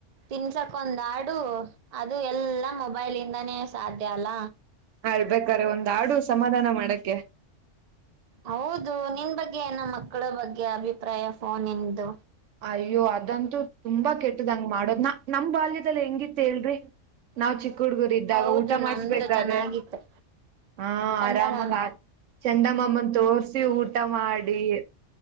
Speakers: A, on the right (about 55°); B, on the right (about 75°).
A: ತಿನ್ಸಕ್ ಒಂದ್ ಹಾಡು ಅದು ಎಲ್ಲಾ ಮೊಬೈಲ್ ಎಂದಾನೇ ಸಾಧ್ಯ ಅಲ್ಲ.
B: ಅಳ್ಬೇಕಾರೆ ಒಂದ್ ಹಾಡು ಸಮಾಧಾನ ಮಾಡಕ್ಕೆ
A: ಹೌದು ನಿನ್ ಬಗ್ಗೆ ನ ಮಕ್ಕಳ ಬಗ್ಗೆ ಅಭಿಪ್ರಾಯ ಫೋನ್ ಇಂದು
B: ಅಯ್ಯೋ ಅದಂತೂ ತುಂಬಾ ಕೆಟ್ಟದಂಗ ಮಾಡ್ದ ನ ನಮ್ ಬಾಲ್ಯ ಹೆಂಗಿತ್ತ ಹೇಳರಿ ನಾವ್ ಚಿಕ್ಕ ಹುಡ್ಗುರ್ ಇದ್ದಾಗ
A: ಹೌದು
B: ಊಟ ಮಾಡಸ್ಬೇಕಾದ್ರೆ.
A: ನಮ್ದು ಚೆನ್ನಾಗಿತ್ತು
B: ಹಾ
A: ಚಂದಮಾಮ
B: ಆರಾಮಾಗ ಆ. ಚಂದಮಾಮಾನ ತೋರ್ಸಿ ಊಟ ಮಾಡಿ